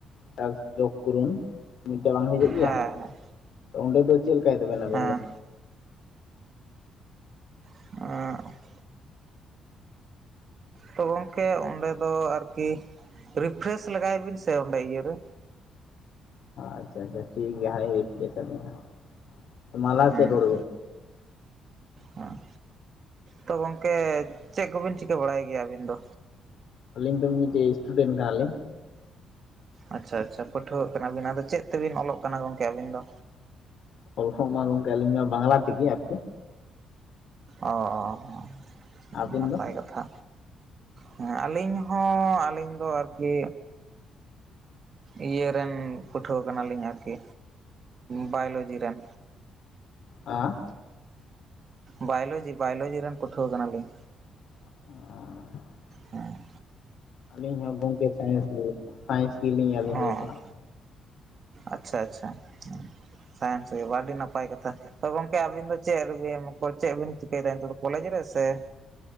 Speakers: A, on the left; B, on the right.
A: ᱴᱟᱠᱥ ᱡᱳᱜᱽ ᱠᱚᱨᱩᱱ ᱢᱮᱮᱱᱛᱮ ᱵᱟᱝ ᱦᱤᱡᱩᱜ ᱜᱮᱭᱟ
B: ᱦᱮᱸ
A: ᱚᱸᱰᱮ ᱫᱚ ᱪᱮᱫ ᱞᱮᱠᱟᱭ ᱫᱟᱵᱮᱱ ᱟᱵᱮᱱ
B: ᱦᱮᱸ
A: ᱫᱚ
B: <unintelligible> ᱛᱚ ᱜᱚᱝᱠᱮ ᱚᱸᱰᱮ ᱫᱚ ᱟᱨᱠᱤ ᱨᱤᱯᱷᱨᱮᱥ ᱞᱮᱟᱜᱟᱭ ᱵᱤᱱ ᱥᱮ ᱚᱸᱰᱮ ᱤᱭᱟᱹᱨᱮ
A: ᱟᱪᱪᱷᱟ ᱟᱪᱪᱷᱟ ᱴᱷᱤᱠ ᱜᱮᱭᱟ ᱦᱟᱸᱜ ᱨᱤᱯᱷᱞᱮᱥ ᱟᱞᱤᱧ ᱦᱟᱸᱜ ᱢᱟ ᱞᱟᱦᱟ
B: ᱦᱮᱸ
A: ᱥᱮᱫ ᱨᱚᱲ ᱵᱤᱱ
B: ᱦᱚᱸ ᱛᱚ ᱜᱚᱝᱠᱮ ᱪᱮᱫ ᱠᱚᱵᱤᱱ ᱪᱤᱠᱟᱹ ᱵᱟᱲᱟᱭ ᱜᱮᱭᱟ ᱟᱵᱤᱱ ᱫᱚ
A: ᱟᱹᱞᱤᱧ ᱫᱚ ᱢᱤᱫᱴᱮᱡ ᱤᱥᱴᱩᱰᱮᱱᱴ ᱠᱟᱱᱟᱞᱤᱧ
B: ᱟᱪᱪᱷᱟ ᱟᱪᱪᱷᱟ ᱯᱟᱹᱴᱷᱩᱣᱟᱹᱜ ᱠᱟᱱᱟ ᱵᱤᱱ ᱟᱫᱚ ᱪᱮᱫ ᱛᱮᱵᱤᱱ ᱚᱞᱚᱜ ᱠᱟᱱᱟ ᱜᱚᱝᱠᱮ ᱟᱹᱵᱤᱱ ᱫᱚ
A: ᱚᱞ ᱠᱚᱦᱚᱸ ᱢᱟ ᱜᱚᱝᱠᱮ ᱟᱹᱞᱤᱧ‌ ᱢᱟ ᱵᱟᱝᱞᱟ ᱛᱮᱜᱮ ᱟᱨᱠᱤ
B: ᱚ ᱚ ᱚ
A: ᱟᱹᱵᱤᱱ
B: ᱱᱟᱯᱟᱭ
A: ᱫᱚ
B: ᱠᱟᱛᱷᱟ ᱦᱮᱸ ᱟᱹᱞᱤᱧ ᱦᱚᱸ ᱟᱹᱞᱤᱧ ᱫᱚ ᱟᱨᱠᱤ ᱤᱭᱟᱹ ᱨᱮᱱ ᱯᱟᱹᱴᱷᱩᱣᱟᱹ ᱠᱟᱱᱟᱞᱤᱧ ᱟᱨᱠᱤ ᱵᱟᱭᱳᱞᱚᱡᱤ ᱨᱮᱱ
A: ᱦᱮᱸ?
B: ᱵᱟᱭᱳᱞᱚᱡᱤ ᱵᱟᱭᱳᱞᱚᱡᱤ ᱨᱮᱱ ᱯᱟᱹᱴᱷᱩᱣᱟᱹ ᱠᱟᱱᱟᱞᱤᱧ
A: ᱚ
B: ᱦᱮᱸ
A: ᱟᱹᱞᱤᱧ ᱦᱚᱸ ᱜᱚᱝᱠᱮ ᱥᱟᱭᱮᱱᱥ ᱜᱮ ᱥᱟᱭᱮᱱᱥ ᱜᱮᱞᱤᱧ ᱟᱹᱞᱤᱧ
B: ᱦᱚᱸ
A: ᱦᱚᱸᱞᱤᱧ ᱯᱟᱲᱦᱟᱜ
B: ᱟᱪᱪᱷᱟ ᱟᱪᱪᱷᱟ ᱥᱟᱭᱮᱱᱥ ᱜᱮ ᱟᱹᱰᱤ ᱱᱟᱯᱟᱭ ᱠᱟᱛᱷᱟ ᱛᱚ ᱜᱚᱝᱠᱮ ᱟᱵᱤᱱ ᱫᱚ ᱪᱮᱫ ᱨᱮᱵᱤᱱ ᱢᱚᱛᱞᱚᱵ ᱪᱮᱫ ᱵᱤᱱ ᱪᱤᱠᱟᱹᱭᱮᱫᱟ ᱱᱤᱛᱚᱜ ᱫᱚ ᱠᱚᱞᱮᱡᱽ ᱨᱮ ᱥᱮ